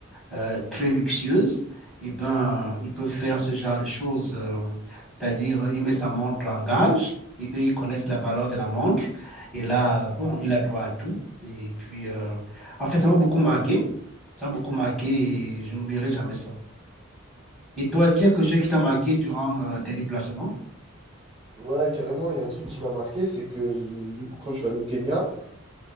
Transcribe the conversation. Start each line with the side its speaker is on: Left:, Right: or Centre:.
Centre: euh, très luxueuse, eh ben, ils peuvent faire ce genre de choses. euh, c'est-à-dire, il met sa montre en gage et eux, ils connaissent la valeur de la montre. Et là, bon, il a droit à tout. Et puis, euh, en fait, ça m'a beaucoup marqué. Ça m'a beaucoup marqué et je n'oublierai jamais ça. Et toi, est-ce qu'il y a quelque chose qui t'a marqué durant euh, tes déplacements?
Right: Ouais, carrément, il y a un truc qui m'a marqué, c'est que hum, du coup, quand je suis allé au Kenya,